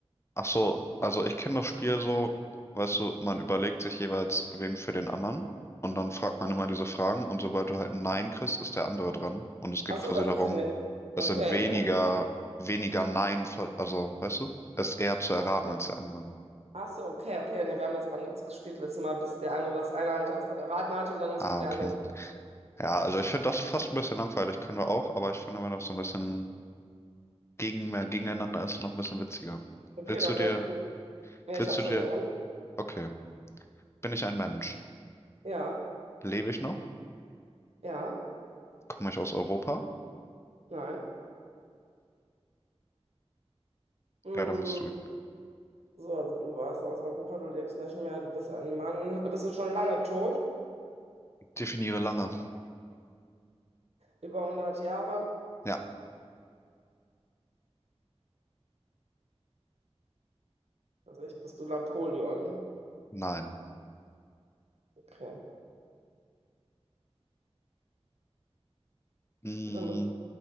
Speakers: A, on the left; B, on the right.
A: Ach so, also ich kenne das Spiel so, weißt du, man überlegt sich jeweils wen für den anderen und dann fragt man immer diese Fragen und sobald du halt ein Nein kriegst, ist der andere dran und es geht
B: Ach so,
A: quasi
B: das
A: darum,
B: wusste ich nicht.
A: es
B: Okay.
A: sind weniger, weniger Nein, ver- also weißt du, es ist eher zu erraten
B: Ach so,
A: als der andere.
B: Ach so, okay, okay. Nee, wir haben das anderes gespielt letztes Mal, bis der andere das eine Alter das dann erraten hatte und dann musste
A: Ah,
B: der
A: okay.
B: andere.
A: Ja, also ich finde das fast ein bisschen langweilig, können wir auch, aber ich finde, wenn das so ein bisschen gegen, mehr gegeneinander ist, noch ein bisschen witziger.
B: Okay,
A: Willst
B: dann
A: du dir,
B: wär's gut. Ja,
A: willst
B: ich habe
A: du
B: schon
A: dir,
B: jemanden.
A: okay, bin ich ein Mensch?
B: Ja,
A: Lebe ich noch?
B: ja.
A: Komme ich aus Europa?
B: Nein. Mm,
A: Ja, dann bist du.
B: so, also du warst aus Europa, du lebst nicht mehr, du bist ein Mann. Bist du schon lange tot?
A: Definiere lange.
B: Über hundert Jahre?
A: Ja,
B: Also ich bist du Napoleon.
A: nein.
B: Okay.
A: Hm,
B: Dann, bi-